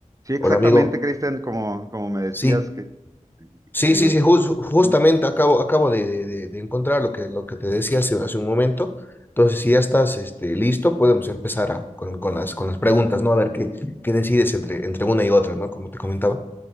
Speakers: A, on the right; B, on the left.
A: Sí, exactamente,
B: Hola amigo,
A: Cristian, como, como me decías
B: sí,
A: que,
B: sí,
A: que
B: sí, sí, jus- justamente
A: una-
B: acabo, acabo de, de- de- de encontrar lo que, lo que te decía hace, hace un momento. Entonces, si ya estás este, listo, podemos empezar a- con, con las, con las preguntas, ¿no? A ver qué, qué decides entre, entre una y otra, ¿no? Como te comentaba.